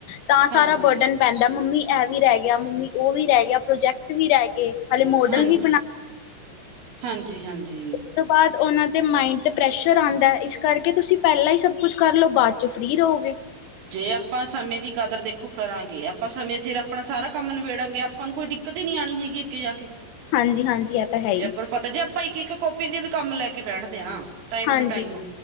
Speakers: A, on the left; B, on the right.
A: ਤਾਂ
B: ਹਾਂਜੀ
A: ਸਾਰਾ ਬਰਡਨ ਪੈਂਦਾ ਮੰਮੀ ਇਹ ਵੀ ਰਹਿ ਗਿਆ ਮੰਮੀ ਉਹ ਵੀ ਰਹਿ ਗਿਆ ਪ੍ਰੋਜੈਕਟ ਵੀ ਰਹਿ ਗਏ। ਹਾਲੇ ਮੋਡਲ
B: ਹਾਂਜੀ
A: ਵੀ ਬਣਾ
B: ਹਾਂਜੀ ਹਾਂਜੀ।
A: ਉਸ ਤੋਂ ਬਾਅਦ ਉਹਨਾਂ ਦੇ ਮਾਇੰਡ 'ਤੇ ਪ੍ਰੈਸ਼ਰ ਆਉਂਦਾ ਇਸ ਕਰਕੇ ਤੁਸੀਂ ਪਹਿਲਾਂ ਹੀ ਸਭ ਕੁਝ ਕਰ ਲਓ ਬਾਅਦ ਚੋਂ ਫਰੀ ਰਹੋਗੇ।
B: ਜੇ ਆਪਾਂ ਸਮੇਂ ਦੀ ਕਦਰ ਦੇਖੋ ਕਰਾਂਗੇ ਆਪਾਂ ਸਮੇਂ ਸਿਰ ਆਪਣਾ ਸਾਰਾ ਕੰਮ ਨਿਬੇੜਾਂਗੇ। ਕੋਈ ਦਿੱਕਤ ਹੀ ਨੀ ਆਉਣੀ ਹੈਗੀ ਅੱਗੇ ਜਾ ਕੇ।
A: ਹਾਂਜੀ ਹਾਂਜੀ ਇਹ ਤਾਂ ਹੈ ਹੀ।
B: ਜੇ ਆਪਾਂ ਨੂੰ ਪਤਾ ਜੇ ਆਪਾਂ ਇੱਕ ਇੱਕ ਕਾਪੀ ਦੇ ਵੀ ਕੰਮ ਲੈ ਕੇ ਬੈਠਦੇ ਹਾਂ ਨਾ। ਟਾਈਮ
A: ਹਾਂਜੀ
B: ਟੂ ਟਾਈਮ